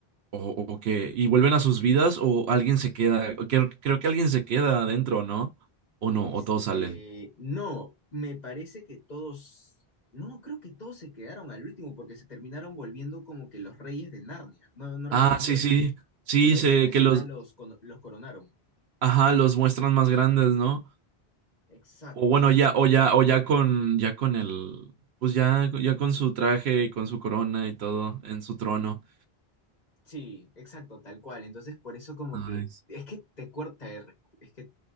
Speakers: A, on the right; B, on the left.
A: o, o qué? ¿Y vuelven a sus vidas o alguien se queda? Creo, creo que alguien se queda adentro, ¿no? O
B: Este,
A: no, o todos salen.
B: no, me parece que todos, no, creo que todos se quedaron al último porque se terminaron volviendo como que los reyes de Narnia. ¿No, no recuerdas
A: Ah,
B: que
A: sí,
B: la, ul-
A: sí. Sí,
B: que la
A: sé
B: última escena
A: que los,
B: los, cono- los coronaron?
A: ajá, los muestran más grandes, ¿no?
B: Exacto,
A: O bueno,
B: entonces,
A: ya, o ya, o ya con, ya con el, pues ya, ya con su traje y con su corona y todo en su trono.
B: sí, exacto, tal cual. Entonces, por eso como
A: Nice.
B: que, es que te corta, el- es que